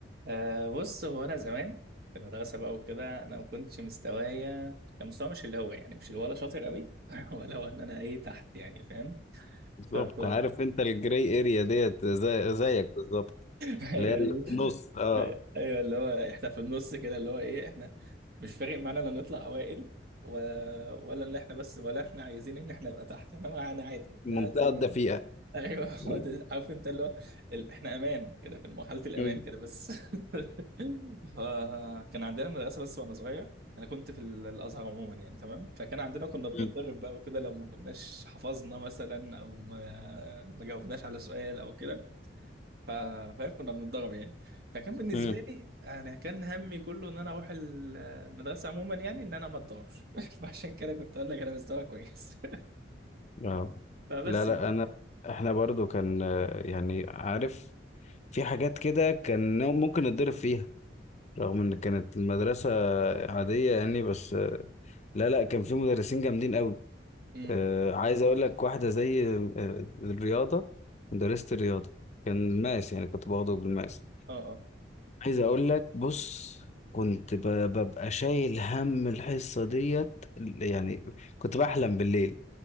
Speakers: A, on the right; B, on the left.
A: أه بص هو انا زمان في المدرسه بقى وكده انا ما كنتش مستوايا كان مستوى مش اللي هو يعني مش اللي ولا شاطر قوي <laughs> ولا هو ان انا ايه تحت يعني فاهم
B: بالظبط
A: فكو
B: عارف
A: <laughs>
B: انت الجراي اريا ديت زي زيك بالظبط
A: ايوه
B: اللي هي اللي
A: ايوه
B: في النص اه
A: ايوه اللي هو احنا في النص كده اللي هو ايه احنا مش فارق معانا لا نطلع اوائل ولا ولا اللي احنا بس ولا احنا عايزين ان احنا نبقى تحت احنا معانا عادي احنا
B: المنطقه
A: عايزين
B: الدفيئه
A: ايوه <laughs>
B: <laughs>
A: هو ده عارف انت اللي هو ال- احنا امان كده في مرحله الامان
B: مم.
A: كده بس <laughs> فكان عندنا مدرسه بس وانا صغير انا كنت في ال- الازهر عموما يعني تمام فكان عندنا كنا بنتدرب
B: مم.
A: بقى وكده لو ما كناش حفظنا مثلا او ما ما جاوبناش على سؤال او كده ف- فاهم كنا بنتدرب يعني فكان بالنسبه
B: مم.
A: لي انا كان همي كله ان انا اروح ال- المدرسه عموما يعني ان انا ما اتضربش <laughs> فعشان كده كنت اقول لك انا مستواي كويس
B: اه
A: <laughs> فبس
B: لا لا
A: يعني
B: انا احنا برضو كان آه، يعني عارف في حاجات كده كان ممكن نتضرب فيها رغم ان كانت المدرسة عادية يعني بس آه، لا لا كان في مدرسين جامدين قوي
A: امم
B: آه عايز اقول لك واحدة زي آه الرياضة مدرسة الرياضة كان الماس يعني كنت باخده بالماس
A: اه اه
B: عايز اقول لك بص كنت ب- ببقى شايل هم الحصة ديت يعني كنت بحلم بالليل